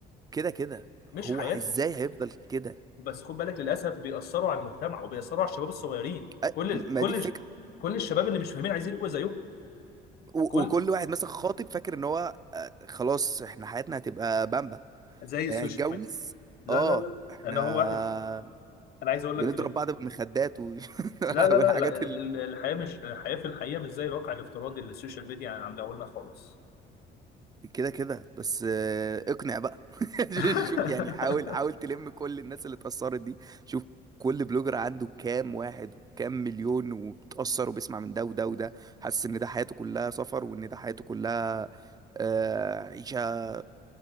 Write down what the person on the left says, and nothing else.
مش
حياتهم
بس خد بالك للاسف بيأثروا على المجتمع وبيأثروا على الشباب الصغيرين
كل
كل
كل الشباب اللي مش فاهمين عايزين يبقوا زيهم
كل
زي السوشيال
ميديا لا
لا لا
انا هو واحد انا عايز اقول
لك ال...
لا لا
لا لا، ال- الحياه مش الحياه في الحقيقه مش زي الواقع الافتراضي اللي السوشيال ميديا عاملاه لنا خالص
<laughs>